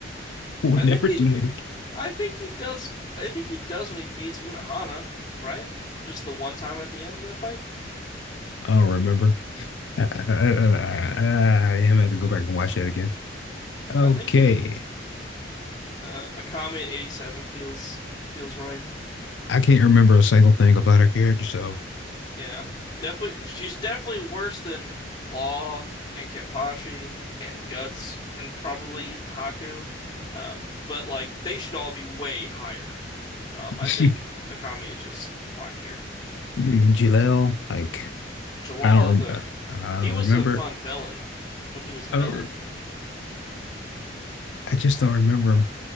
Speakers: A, on the left (about 90°); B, on the left (about 35°).
A: We'll
B: I
A: never
B: think he,
A: do that again.
B: I think he does. I think he does when he beats Unohana, right? Just the one time at the end of that fight.
A: I don't remember. I, I, I, I, I am gonna have to go back and watch that again. Okay.
B: I think he Uh, Akami at 87 feels feels right.
A: I can't remember a single thing about her character, so
B: Yeah. Definitely she's definitely worse than Law and Kenpachi and Guts and probably even Haku. Um, but like they should all be way higher. Um,
A: <laughs>
B: I think Akami is just fine here.
A: Mm, Jalel, like
B: Jalal
A: I don't remember.
B: the
A: I
B: he
A: don't remember.
B: was a fun villain when he was a
A: I
B: villain.
A: don't. rem- I just don't remember him.